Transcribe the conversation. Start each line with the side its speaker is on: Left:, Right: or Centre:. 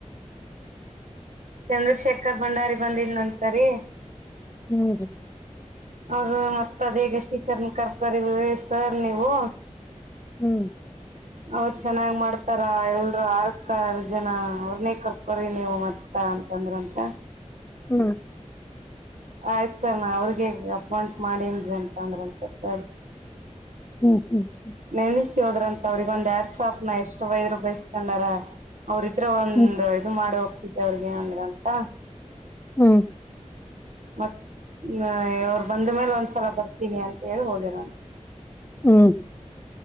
Right: ಚಂದ್ರಶೇಖರ್ ಭಂಡಾರಿ ಬಂದಿದ್ನಂತರಿ
Left: ಹ್ಮ್
Right: ಅವ್ರ ಮತ್ತ ಅದೇಗ ಎಷ್ಟಟೀಚರ್ ಕರ್ಕರಿ ಸರ್ ನೀವು
Left: ಹ್ಮ್
Right: ಅವರು ಚೆನ್ನಾಗ್ ಮಾಡ್ತಾರ ಎಲ್ರು ಆರ್ಕರ್ ಜನ ಅವ್ರನೆೇ ಕರ್ಕೋ್ರಿ ನೀವು ಮತ್ತ ಹ ಅಂತಂದ್ರಂತ
Left: ಹ್ಮ
Right: ಆಯ್ತತ್ ಸರ್ ನಾ ಅವ್ರಿಗೆ ಅಪಾಯಂಟ್ ಮಾಡೇನ್ಿ ಅಂತಂದ್ರಂತ ಸರ್
Left: ಹ್ಮ್ ಹ್ಮ್ ಹ
Right: ನೆನೆಸಿ ಹೋದ್ರಂತ ಅವ್ರಗ ಒಂದ್ ಯಾರ್ ಶಾಪ್ ನ ಎಷ್ಟು ವೈದರು ಬೈಸ್ಕೊಂಡಾರ ಅವ್ರದ್ರ ಒಂದ
Left: ಹ್ಮ್
Right: ಇದು ಮಾಡ ಹೋಗ್ತಿದ್ದ ಅವ್ರಿಗೆ ಅಂದ್ರ ಅಂತ
Left: ಹ್ಮ್
Right: ಮತ್ತ ಅವರು ಬಂದ ಮೇಲೆ ಒಂದ್ಸಲ ಬರ್ತೀನಿ ಅಂತ ಹೇಳಿ ಹದೆ ನಾನು
Left: ಹ್ಮ್